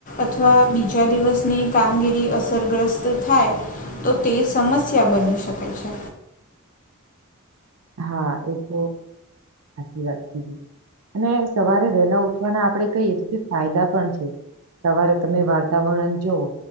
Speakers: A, on the left; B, on the right.
A: અથવા બીજા દિવસની કામગીરી અસરગ્રસ્ત થાય. તો તે સમસ્યા બની શકે છે.
B: હા એ તો સાચી વાત કીધી. અને સવારે વહેલા ઉઠવાના આપણે કહીએ તો ફાયદા પણ છે. સવારે તમે વાતાવરણ જુઓ,